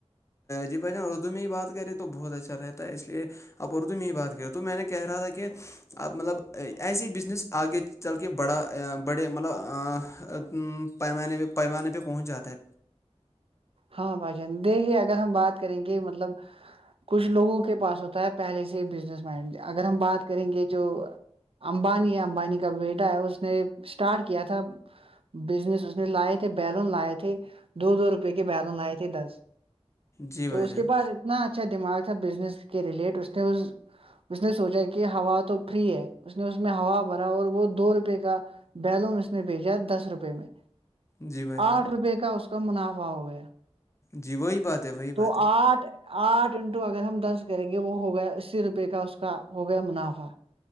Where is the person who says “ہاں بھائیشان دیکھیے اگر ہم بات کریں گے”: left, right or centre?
Right